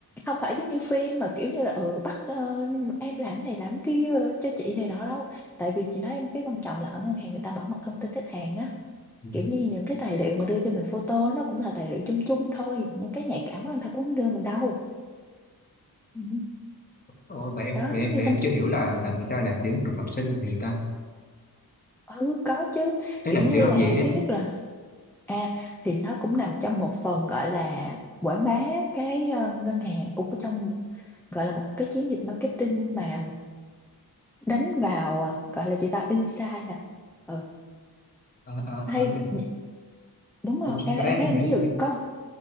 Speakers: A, in the centre; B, on the left (about 25°).
A: không phải giống như phim mà kiểu như là ừ bắt ờ, em làm này làm kia ờ, cho chị này đó đâu tại vì chị nói em cái quan trọng là ở ngân hàng người ta bảo mật thông tin khách hàng á
B: Ừ.
A: kiểu như những cái tài liệu mà đưa cho mình photo nó cũng là tài liệu chung chung thôi những cái nhạy cảm á, người ta cũng không đưa mình đâu Ừ.
B: ôi vậy em
A: đó
B: vậy
A: giống
B: em
A: như
B: vậy
A: thông
B: em chưa hiểu là là người ta lại tuyển thực tập sinh làm gì ta
A: ừ có chứ
B: ấy
A: kiểu
B: là
A: như
B: tuyển làm
A: là
B: gì á
A: thứ nhất là à thì nó cũng nằm trong một phần gọi là quảng bá cái ờ, ngân hàng cũng trong gọi là một cái chiến dịch marketing mà đánh vào à, gọi là chị ta insight nè ừ.
B: à, à, thôi
A: hay
B: mình
A: nhỉ- đúng
B: không
A: không em
B: cái đó
A: em
B: em
A: thấy em
B: hiểu
A: ví dụ có